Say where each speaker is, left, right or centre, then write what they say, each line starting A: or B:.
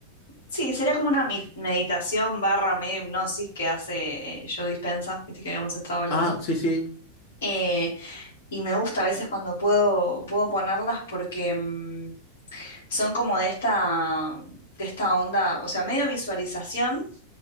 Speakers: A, on the left; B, on the left.
A: Sí, sería como una mi- meditación barra medio hipnosis que hace eh, Joe Dispenza, viste que habíamos estado hablando.
B: Ah, sí, sí,
A: Eh, y me gusta a veces cuando puedo, puedo ponerlas porque mm, son como de esta, de esta onda, o sea, medio visualización